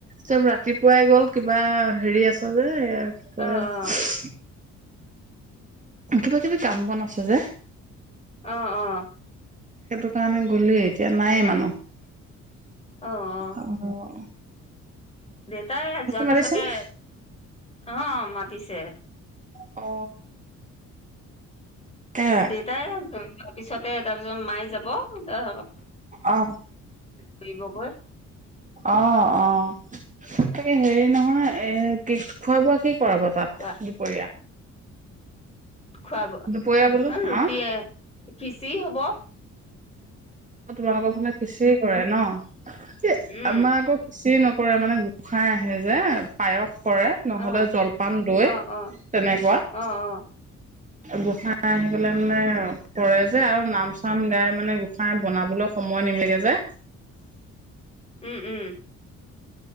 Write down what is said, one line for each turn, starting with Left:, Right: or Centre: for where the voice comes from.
Right: চব ৰাতিপুৱাই গ'ল কিবা হেৰি আছে যে এ তাৰ পৰা
Left: অ
Right: <unintelligible>
Left: অ
Right: কিবা কিবি কাম বন আছে যে ৷
Left: অ অ
Right: সেইটো কাৰণে গ'লেই ৷ এতিয়া নাই
Left: অ
Right: মানুহ
Left: অ অ
Right: অহ,
Left: দেউতাই যোৱা পিছতে
Right: মাতিছে নে
Left: অ মা পিছে
Right: অ এ
Left: দেটায় আজি <unintelligible> তাৰপিছতে তাৰপিছত মায়ে যাব তা
Right: অ
Left: ফুৰিবগৈ
Right: অ - অ, তাকে হেৰি নহয় এ কেক- খোৱা বোৱা সে পৰাব তাত
Left: খোৱা
Right: দুপৰীয়া ৷
Left: খুৱাব,
Right: দুপৰীয়া বোলো
Left: ৰুটি
Right: অ
Left: খিচি হব৷
Right: তোমালোকৰ ফালে খিচি কৰে ন? এ
Left: উম
Right: আমাৰ আকৌ কিছি নক <unintelligible> কৰে মানে গোঁসাই আহে যে পায়স কৰে নহলে
Left: অ
Right: জলপান দৈ
Left: অ
Right: তেনেকুৱা
Left: অ
Right: ৷
Left: অ অ
Right: গোঁসাই আহি পেলাই মানে কৰে যে আৰু নাম চাম গাই মানে গোঁসাই বনাবলৈ সময় নিমিলে যে!
Left: উম উম